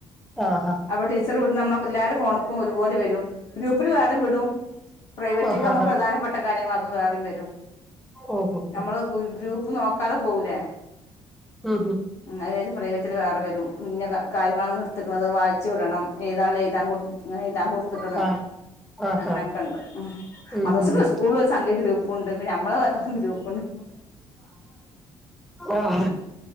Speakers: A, in the centre; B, on the left.
A: ആഹ് ആഹ്
B: അപ്പ ടീച്ചർ കടി നമ്മള എല്ലാര ഫോണ് ഒരുപോലെ വരും ഗ്രൂപ്പിൽ വേറെും വിടും പ്രൈവറ്റ്
A: ആഹ്
B: മ്മ
A: ആഹ്
B: പ്രധാനപ്പെട്ട കാര്യ ഞങ്ങൾ അത് വേറിം വരും
A: ഓഹ് ഹോ
B: നമ്മള്
A: ഹോ
B: ഗ്രൂ പി നോ കതെ പോകൂലേ
A: ഉം
B: അത്ച്ച ഫ വെച്ചൽ വേറെ വരും ഇന്ന കാര്യങ്ങളാണ് നിർത്തക്കുന്നത് വായിച്ചു വിടണം എഴതാ എഴുതാൻ കൊ ഇങ്ങനെ എഴുതാൻ കൊടുത്തക്കണ്
A: ഹ് ആഹ് ആഹ്
B: അങ്ങനെ ണ്ട്
A: ഉം
B: മദ് റസാ
A: ഹ്
B: സ്കൂൾ
A: ഹ്
B: ഗ്രൂപ്പ്ണ്ട് നമ്മള ഗ്രൂപ്പ്
A: ആഹ